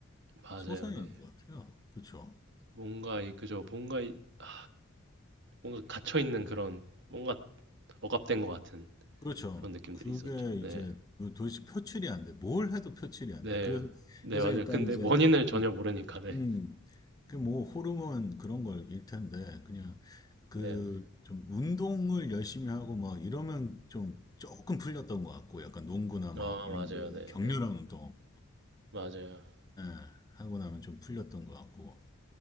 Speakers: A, on the right; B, on the left.
A: 맞아요,
B: 솟아나는
A: 네.
B: 것 같아요. 그렇죠?
A: 뭔가 이 그저 뭔가 이 아, 뭔가 갇혀 있는 그런 뭔가 억압된 것 같은
B: 그렇죠.
A: 그런 느낌들이
B: 그게
A: 있었죠.
B: 이제
A: 네,
B: 도대체 표출이 안 돼. 뭘 해도 표출이 안
A: 네,
B: 돼. 그래서,
A: 네
B: 그래서
A: 맞아요.
B: 약간
A: 근데
B: 이제,
A: 원인을 전혀
B: 음,
A: 모르니까 네,
B: 음. 그 뭐 호르몬 그런 걸일 텐데 그냥 그
A: 네, 네.
B: 좀 운동을 열심히 하고 막 이러면 좀 조금 풀렸던 것 같고 약간 농구나
A: 아
B: 막 이런
A: 맞아요,
B: 거
A: 네,
B: 격렬한
A: 네,
B: 운동
A: 맞아요,
B: 예, 하고 나면 좀 풀렸던 것 같고